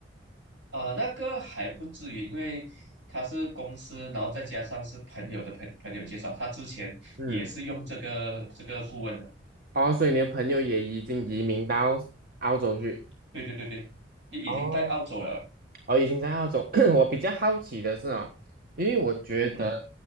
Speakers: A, on the right; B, on the right.
A: 啊、那个还不至于，因为他是公司，然后再加上是朋友的朋朋友介绍，他之前也是用这个这个顾问的，
B: 嗯，哦，所以你的朋友也已经移民到澳洲去。
A: 对对对对，你已经在澳洲了，
B: 哦哦，已经在澳洲。<clears throat> 我比较好奇的是哦，因为我觉得
A: 嗯